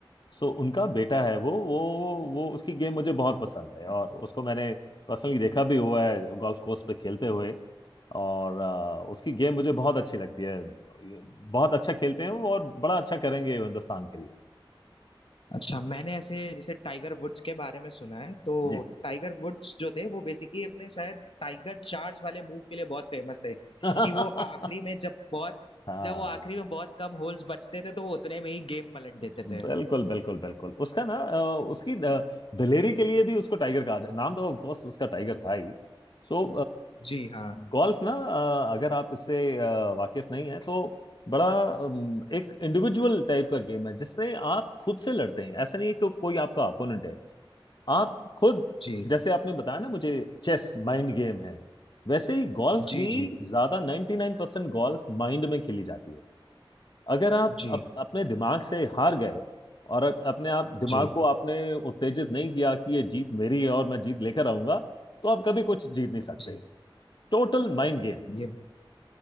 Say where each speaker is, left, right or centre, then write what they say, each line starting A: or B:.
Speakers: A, on the left; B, on the left.
A: So उनका बेटा है वो वो वो वो उसकी गेम मुझे बहुत पसंद है और उसको मैंने पर्सनली देखा भी हुआ है गोल्फ कोर्स पे खेलते हुए और अ, उसकी गेम मुझे बहुत अच्छी लगती है ये बहुत अच्छा खेलते हैं वो और बड़ा अच्छा करेंगे हिंदुस्तान के लिए
B: अच्छा मैंने ऐसे जैसे टाइगर वुड्स के बारे में सुना है तो
A: जी
B: टाइगर वुड्स जो थे वो बेसिकली अपने शायद टाइगर चार्ज वाले मूव के लिए बहुत फेमस थे
A: <laughs>
B: कि वो आखिरी में जब बहुत
A: हाँ
B: जब वो आखिरी में बहुत कम होल्स बचते थे तो वो उतने में ही गेम पलट देते
A: बिल्कुल
B: थे
A: बिल्कुल बिल्कुल उसका ना अ, उसकी अ, दिलेरी के लिए भी उसको टाइगर कहा जाए नाम तो ऑफ कोर्स उसका टाइगर था ही सो
B: जी हाँ
A: गोल्फ ना अ, अगर आप इससे अ, वाकिफ नहीं है तो बड़ा अम, एक इंडिविजुअल टाइप का गेम है जिससे आप खुद से लड़ते हैं ऐसा नहीं है कि कोई आपका अपोनेंट है आप खुद
B: जी
A: जैसे आपने बताया ना मुझे चेस माइंड गेम है वैसे ही गोल्फ
B: जी
A: भी
B: जी
A: ज्यादा 99% गोल्फ माइंड में खेली जाती है अगर आप
B: जी
A: अप, अपने दिमाग से हार गए और अप, अपने आप दिमाग
B: जी
A: को आपने उत्तेजित नहीं किया कि ये जीत मेरी है और मैं जीत लेकर आऊंगा तो आप कभी कुछ जीत नहीं सकते
B: जी
A: Total mind game
B: ये